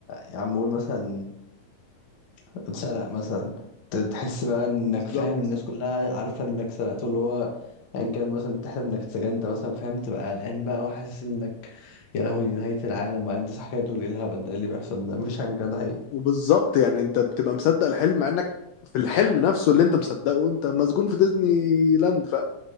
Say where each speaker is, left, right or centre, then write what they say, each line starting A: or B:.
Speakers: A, on the left; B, on the left.
A: يا عم قول مثلا اتسرق مثلا ت- تحس بقى إنك
B: بالظبط
A: فاهم الناس كلها عارفة إنك سرقته اللي هو أيا كان مثلا تحلم إنك اتسجنت مثلا فاهم تبقى قلقان بقى وحاسس إنك يا لهوي دي نهاية العالم بقى أنت صح كده تقول إيه الهبل ده إيه اللي بيحصل ده مفيش حاجة من الكلام ده حقيقي
B: وبالظبط يعني انت بتبقى مصدق الحلم مع انك في الحلم نفسه اللي انت مصدقه انت مسجون في ديزني لاند فاهم